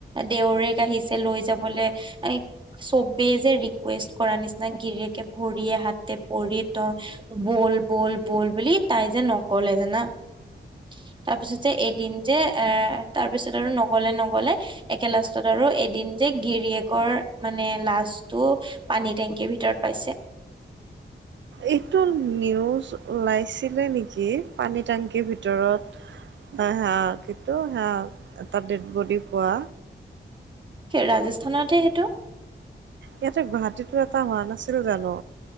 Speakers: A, on the right; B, on the right.
A: দেউৰেক আহিছে লৈ যাবলে ইস্ এক চবেই যে ৰিকুৱেষ্ট কৰাৰ নিচিনা গিৰিয়েকে ভৰিয়ে হাতে পৰি ত ইহ বল বল বল বুলি তাই যে নগলে জানা। সি ই ই তাৰপিছত যে এদিন যে এ তাৰ পিছত আৰু নগলে নগলে ইস্ একে লাষ্টত আৰু এদিন যে গিৰিয়েকৰ মানে লাছটো ইহ্ পানী টেংকিৰ ভিতৰত পাইছে।
B: এইটো নিউজ ওলাইছিলে নেকি পানী টেংকিৰ ভিতৰত। হে হে আ কিন্তু সেয়া এটা ডেড বডি পোৱা।
A: ৰাজস্থানতহে সেইটো।
B: ইয়াতে গুৱাহাটীতো এটা হোৱা নাছিল জানো।